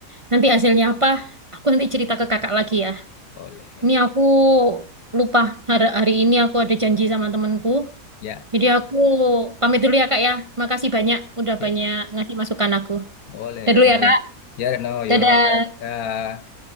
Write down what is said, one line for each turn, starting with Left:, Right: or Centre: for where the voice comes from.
Right: Nanti hasilnya apa? Aku nanti cerita ke kakak lagi ya.
Left: boleh
Right: Ini aku lupa hari, hari ini aku ada janji sama temanku.
Left: ya
Right: Jadi aku pamit dulu ya kak ya. Makasih banyak udah
Left: ya
Right: banyak ngasih masukan aku.
Left: boleh
Right: Dadah
Left: Reno
Right: dulu ya
Left: ya
Right: kak.
Left: ya Reno
Right: Dadah.
Left: yuk. Ya.